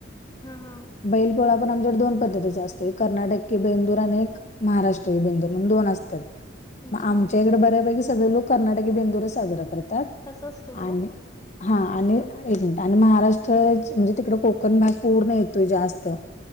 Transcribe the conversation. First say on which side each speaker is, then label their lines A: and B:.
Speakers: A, on the left; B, on the left.
A: हा हा
B: बैल पोळा पण आमच्याडे दोन- पद्धतीचा असतो कर्नाटकीय बेंदूर आणि एक महाराष्ट्रीय बेंदूर म्हणून दोन असतात.
A: अच्छा
B: मग आमच्या इकडे बऱ्यापैकी सगळे लोक कर्नाटकी बेंदूर साजरा करतात.
A: कसा असतो तो
B: आणि, हा आणि एक मिनिट आणि महाराष्ट्र म्हणजे तिकड कोकण भाग पूर्ण येतोय जास्त-